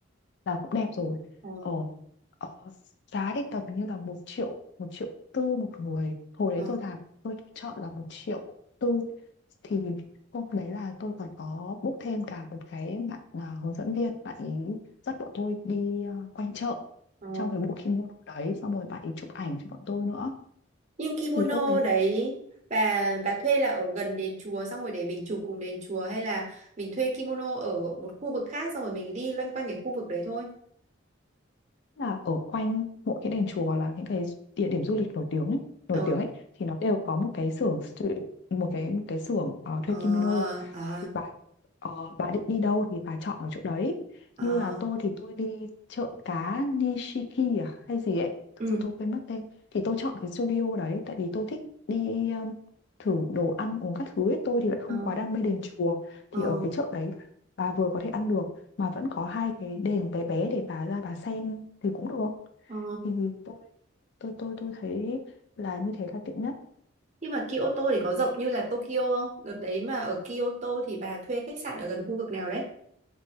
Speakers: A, on the left; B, on the right.
A: là cũng đẹp rồi
B: Ờ,
A: ờ, ờ, giá thì tầm như là một triệu một triệu tư một người hồi
B: ờ,
A: đấy tôi làm tôi chọn là một triệu tư thì hôm đấy là tôi còn có book thêm cả một cái bạn à, hướng dẫn viên bạn ý dắt bọn tôi đi à, quanh chợ
B: ờ.
A: trong cái bộ kimono đấy xong rồi bạn ý chụp ảnh cho bọn tôi nữa
B: Nhưng kimono
A: thì tôi thấy
B: đấy
A: cũng
B: bà bà thuê là ở gần đền chùa xong rồi để mình chụp cùng đền chùa hay là mình thuê kimono ở một khu vực khác xong rồi mình đi loanh quanh cái khu vực đấy thôi.
A: là ở quanh mỗi cái đền chùa là những cái địa điểm du lịch nổi tiếng ấy, nổi
B: Ờ,
A: tiếng ấy thì nó đều có một cái xưởng stu- một cái một cái xưởng ờ, thuê
B: ờ,
A: kimono
B: à,
A: thì bà ờ, bà định đi đâu thì bà chọn ở chỗ đấy
B: à,
A: như là tôi thì tôi đi chợ cá Nishiki à hay gì ấy thực
B: ừ,
A: sự tôi quên mất tên thì tôi chọn cái studio đấy tại vì tôi thích đi um, thử đồ ăn uống các thứ ấy tôi thì lại không
B: ờ,
A: quá đam mê đền chùa
B: ờ,
A: thì ở cái chợ đấy bà vừa có thể ăn được mà vẫn có hai cái đền bé bé để bà ra bà xem thì cũng được
B: ờ.
A: thì tôi tôi tôi tôi thấy là như thế là tiện nhất
B: Nhưng mà Kyoto thì có rộng như là Tokyo không? Đợt đấy mà ở Kyoto thì bà thuê khách sạn ở gần khu vực nào đấy?